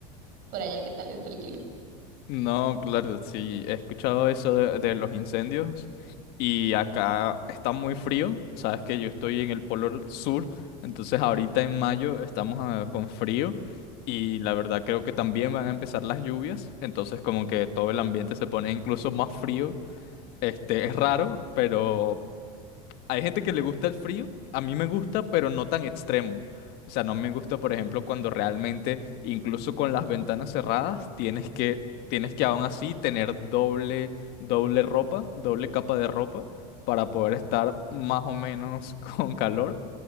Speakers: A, on the right; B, on the left.
A: Por allá, ¿qué tal está el clima?
B: No, claro, sí, he escuchado eso de, de los incendios y acá está muy frío, sabes que yo estoy en el polo sur, entonces ahorita en mayo estamos ah, con frío y la verdad creo que también van a empezar las lluvias, entonces como que todo el ambiente se pone incluso más frío. Este, es raro, pero Hay gente que le gusta el frío, a mí me gusta, pero no tan extremo. O sea, no me gusta, por ejemplo, cuando realmente, incluso con las ventanas cerradas, tienes que, tienes que aún así tener doble, doble ropa, doble capa de ropa, para poder estar más o menos <laughs> con calor.